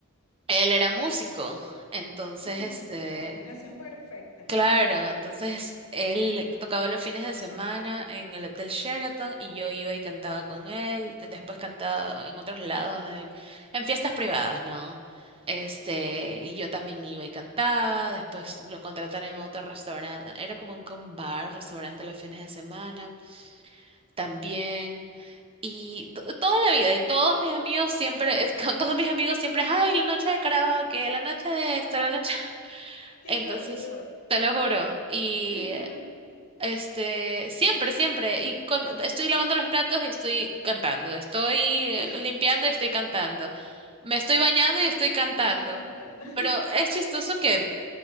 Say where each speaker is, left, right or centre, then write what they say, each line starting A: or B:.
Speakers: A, on the right; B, on the left.
A: él era músico. Entonces,
B: Y
A: este...
B: la combinación perfecta, ¿no?
A: Claro, entonces él tocaba los fines de semana en el Hotel Sheraton y yo iba y cantaba con él, después cantaba en otros lados, en, en fiestas privadas, ¿no? Este, y yo también iba y cantaba, después lo contrataron en otro restaurante, era como un, que un bar, restaurante los fines de semana, también, y to- toda la vida, y todos mis amigos siempre, es- <laughs> con todos mis amigos siempre, ay, la noche de karaoke, la noche de esto, la noche... <laughs>
B: Qué
A: Entonces...
B: divertido.
A: Te lo juro. Y
B: <laughs>
A: este, siempre, siempre. Y con- estoy lavando los platos y estoy cantando. Estoy eh,
B: Y
A: limpiando y estoy cantando. Me estoy bañando y estoy cantando.
B: estás cantando. <laughs>
A: Pero es chistoso que